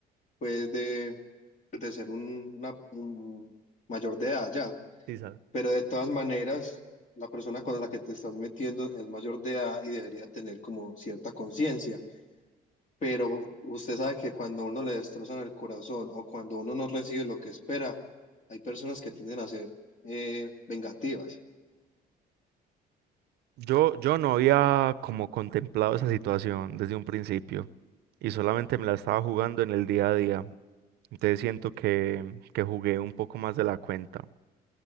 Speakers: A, on the left; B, on the right.
A: pues, de, de ser un, una- un mayor de edad ya.
B: Sisas.
A: Pero de todas maneras, la persona con la que te estás metiendo es mayor de edad y debería tener como cierta conciencia. pero usted sabe que cuando uno le destrozan el corazón o cuando uno no recibe lo que espera, hay personas que tienden a ser eh, vengativas.
B: Yo, yo no había como contemplado esa situación desde un principio y solamente me la estaba jugando en el día a día. Entonces siento que, que jugué un poco más de la cuenta.